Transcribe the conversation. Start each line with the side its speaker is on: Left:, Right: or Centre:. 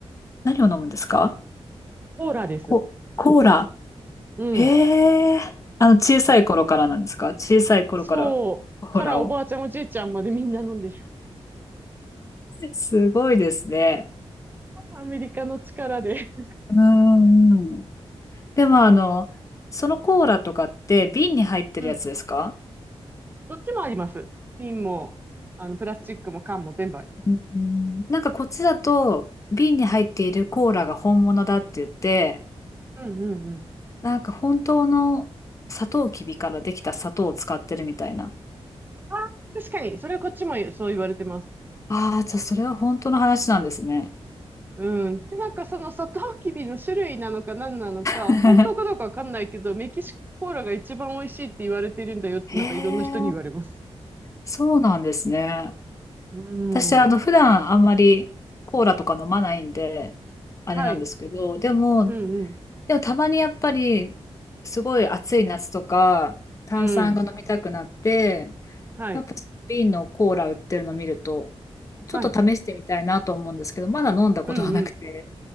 Left: 何を飲むんですか
Right: コーラです。
Left: コ、コーラ。
Right: うん。
Left: へえ。あの、小さい頃からなんですか小さい頃からコーラを。
Right: そう。からおばあちゃんおじいちゃんまでみんな飲んでる。
Left: すごいですね。
Right: アメリカの力で。
Left: うーん。でもあの、そのコーラとかって瓶に入ってるやつですか
Right: うん。どっちもあります。瓶も、あの、プラスチックも缶も全部あり
Left: うん、なんかこっちだと、瓶に入っているコーラが本物だって言って、
Right: ます。うん。うんうんうん。
Left: なんか本当のサトウキビからできた砂糖を使ってるみたいな。
Right: あ、確かに、それこっちもそう言われてます。
Left: ああ、じゃあそれは本当の話なんですね。
Right: うん。で、なんかそのサトウキビの種類なのか何なのか、
Left: <laughs>
Right: 本当かどうかわかんないけど、メキシココーラが一番美味しいって言われてるんだよって、
Left: へえ、
Right: なんかいろんな人に言われます。
Left: そうなんですね。
Right: うん。
Left: 私、あの、普段あんまりコーラとか飲まないんで、あれなんですけど、
Right: はい。
Left: でも、
Right: うん
Left: でもたまにやっぱり、すごい暑い夏とか、炭酸が飲みたくなって、
Right: うん。うん。はい。
Left: やっぱその瓶のコーラ売ってるの見ると、ちょっと試してみたいなと思うんですけど、
Right: はい。
Left: まだ飲んだことはなくて。
Right: うんうん。